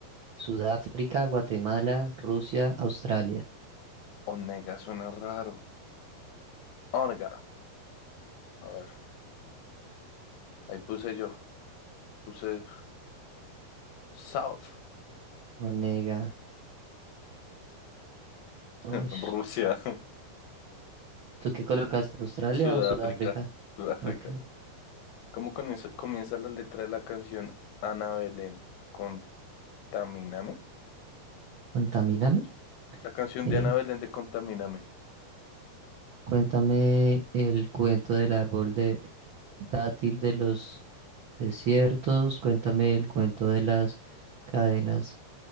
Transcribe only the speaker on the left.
Onega suena raro. Onega. A ver, ahí puse yo. Puse South.
<laughs> Rusia.
<laughs> Sudáfrica.
Sudáfrica.
¿Cómo comienza, comienza la letra de la canción Ana Belén? Con Contamíname.
La canción
de Ana Belén de Contamíname.